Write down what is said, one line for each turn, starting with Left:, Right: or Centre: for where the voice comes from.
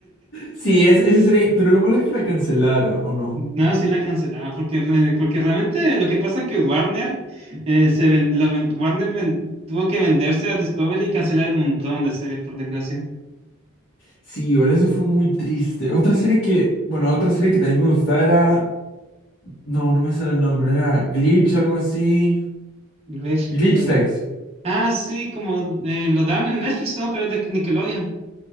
Left: Sí, es- esa serie. Pero lo malo es que la cancelaron, ¿o no?
Right: No, sí la cancelaba, porque, re- porque realmente lo que pasa es que Warner, eh, se ven- la ven- Warner ven- tuvo que venderse a Discovery y cancelar un montón de series, por desgracia.
Left: Sí, ahora eso fue muy triste. Otra serie que. Bueno, otra serie que también me gustaba era. No, no me sale el nombre, era Glitch, algo así.
Right: Ves-
Left: Glitch
Right: eh,
Left: Tech.
Right: Ah, sí, como eh, lo dan en Netflix, ¿no? Pero es de Nickelodeon.